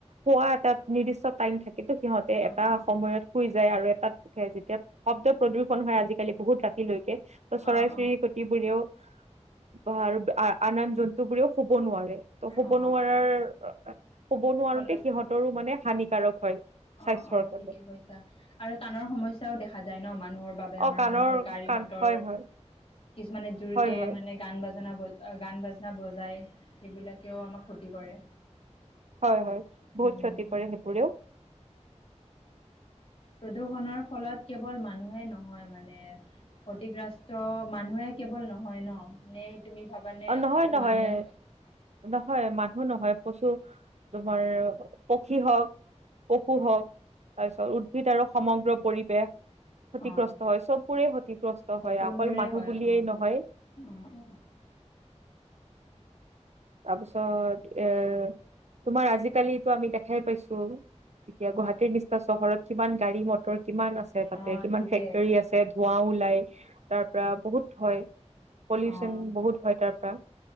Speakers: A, on the right; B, on the left.
A: হোৱা এটা নিৰ্দিষ্ট টাইম থাকে। কিন্তু সিহঁতে
B: অ
A: এটা
B: অ
A: সময়ত শুই যায় আৰু এটা যেতিয়া শব্দ প্ৰদূষন হয় আজিকালি বহুত ৰাতিলৈকে ত'চৰাই
B: অ
A: চিৰিকিটোবোৰেও
B: অ
A: অঁ, আ <unintelligible> হ'ব নোৱাৰে, ত' হ'ব
B: অ
A: নোৱাৰাৰ হ'ব নোৱাৰোতে
B: ফলত
A: সিহঁতৰো মানে হানিকাৰক হয়। স্বাস্থ্যৰ
B: অ', অ',
A: কাৰণে
B: ঠিকে কৈছা আৰু কাণৰ সমস্যাও দেখা যায় ন মান
A: অ
B: মাৰ
A: কাণৰ
B: মানুহৰ গাড়ী
A: কাণ
B: মৰ
A: হয় হয়
B: কিছুমানে জোৰক
A: হয় হয়
B: মানে গান বজ গান বাজনা বজায় সেইবিলাকেও আমাক ক্ষতি কৰে।
A: হয় হয় বহুত
B: উম
A: ক্ষতি কৰে সেইবোৰেও।
B: প্ৰদূৰ্ষণৰ ফলত কেৱল মানুহে নহয় মানে ক্ষতিগ্ৰস্ত মানুহে কেৱল নহয় ন নে তুমি ভাবানে
A: অ', নহয়
B: অকল
A: নহয়
B: মানুহে হয়
A: নহয় মানুহ নহয়। কৈছোঁ তোমাৰ পক্ষী হওক পশু হওক তাৰপিছত উদ্ভিদ আৰু সমগ্ৰ পৰিৱেশ ক্ষতিগ্ৰস্ত
B: অঁ
A: হয় চববোৰে ক্ষতিগ্ৰস্ত
B: সকলোৰে
A: হয় অকল মানুহ
B: হয়
A: বুলিয়েই
B: অঁ
A: নহয়।
B: অঁ অঁ
A: তাৰপিছত এ তোমাৰ আজিকালিতো আমি দেখাই পাইছো এতিয়া গুৱাহাটীৰ নিচিনা চহৰত কিমান গাড়ী মটৰ কিমান আছে তাতে
B: অঁ
A: কিমান
B: ঠিকেই
A: ফেক্টৰী আছে ধোৱাও ওলাই। তাৰ পৰা বহুত হয়। পলিউচন
B: অঁ
A: বহুত হয় তাৰ পৰা